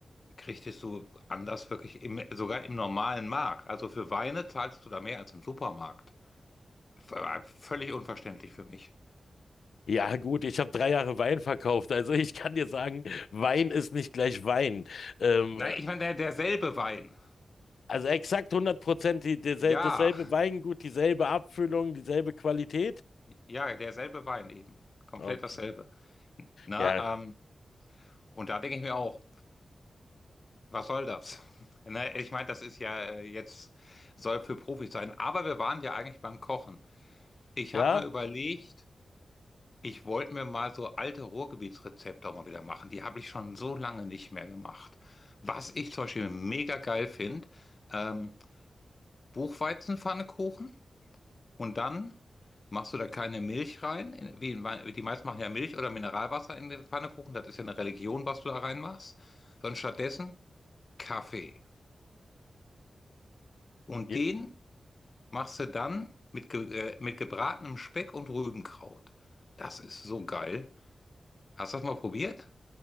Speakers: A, on the left (about 45°); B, on the left (about 80°).
A: kriegst du anders wirklich im, sogar im normalen Markt. Also für Weine zahlst du da mehr als im Supermarkt. V völlig unverständlich für mich.
B: Ja, gut, ich habe drei Jahre Wein verkauft. Also, ich kann dir sagen, Wein ist nicht gleich Wein. Ähm,
A: Nein, ich meine, der, derselbe Wein.
B: also, exakt hundert Prozent die, diesel-
A: Ja,
B: dasselbe Weingut, dieselbe Abfüllung, dieselbe Qualität.
A: ja, derselbe Wein eben. Komplett
B: Okay.
A: dasselbe. Na,
B: Ja.
A: ähm, und da denke ich mir auch, was soll das? <laughs> Ne, ich meine, das ist ja äh, jetzt, soll für Profis sein. Aber wir waren ja eigentlich beim Kochen. Ich
B: Ja,
A: habe mal überlegt, Ich wollte mir mal so alte Ruhrgebietsrezepte auch mal wieder machen. Die habe ich schon so lange nicht mehr gemacht. Was ich zum Beispiel mega geil finde, ähm, Buchweizenpfannekuchen und dann machst du da keine Milch rein. in- Wie in, mei- die meisten machen ja Milch oder Mineralwasser in den Pfannekuchen. Das ist ja eine Religion, was du da reinmachst. Sondern stattdessen Kaffee. Und
B: Ja,
A: den machst du dann mit, ge äh, mit gebratenem Speck und Rübenkraut. Das ist so geil. Hast du das mal probiert?